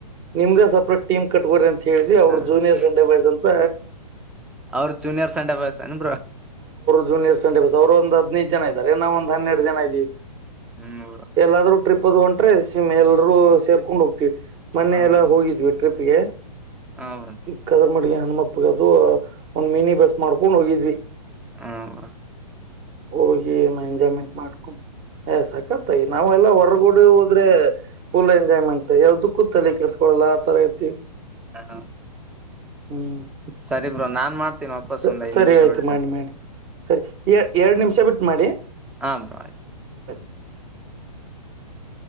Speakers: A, on the right; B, in the centre.
A: ನಿಮ್ದೇ ಸಪ್ರೇಟ್ ಟೀಮ್ ಕಟ್ಕೋರಿಿಂತ ಹೇಳಿ
B: ಹಾ
A: ಅವ್ರ ಜೂನಿಯರ್ ಸಂಡೇ ಬಾಯ್ಸ್ ಅಂತ
B: ಅವ್ರ ಜೂನಿಯರ್ ಸ ಅಂಡೆ ಬಯಸನ್
A: ಜೂನಿಯರ್ಸ್ಂಡೆಸ್ ಅವರು ಒ್ ಹದಿನೈದು ಜನ ಇದಾರೆ ನಾ ಒಂದ ಹನ್ನೆರ ಜ ಇದೀವಿ
B: ಹ್ಮ್
A: ಎಲ್ಲಾದ್ರೂ ಟ್ರಿಪ್ ಅದು ಹೊಂ್ರೆ ಸಿಮ್ ಎಲ್ರೂ ಸೇರ್ಕೊಂಡ್ ಹೋಗ್ತಿೀವಿ ಮನೆೆಯ
B: ಹಾ
A: ಎಲ್ಲ
B: ಬ್ರೋ
A: ಹೋಗಿದ್ವಿ ಟ್ರಿಪ್ಗೆ
B: ಹಾ ಬ್ರೋ
A: ಈ ಕದರ್ಮಡಿಗೆ ಹನುಮಪ್ಪಗ ಅದು ಒಂದ್ ಮಿನಿ ಬಸ್ ಮಾಡ್ಕೊಂಡ್ ಹೋಗಿದ್ವಿ
B: ಹ
A: ಹೋಗಿ ಎಂಜಾಯ್ಮೆಂಟ್ ಮಾಡ್ಕೊಂಡು ಸಕ್ಕತ್ತಾಗಿ ನಾವೆಲ್ಲ ಹೊರಗೂಡೆ ಆದ್ರೆ ಫುಲ್ ಎಂಜಾಯ್ಮೆಂಟ್ ಯಾವ ದುಃಖಲ್ಲಿ ಕೆಸ್ಕೊಡಲ್ಲ ಆ ತರ ಇತಿವಿ
B: ಹಾ
A: ಹ್ಮ್
B: ಸರಿ ಬ್ರೋ ನಾನ್ ಮಾಡ್ತೀನಿ ವಾಪಸ್
A: ಸ-
B: ಒಂದ್ ಐದ್
A: ಸರಿ
B: ನಿಮಿಷ
A: ಆಯ್ತು
B: ಬಿಟ್ಟ
A: ಮಾಡಿ ಮಾಡಿ ಸರಿ ಎ- ಎರಡ್ ನಿಮಿಷ ಬಿಟ್ಟು ಮಾಡಿ
B: ಹಾ ಬ್ರೋ
A: <unintelligible>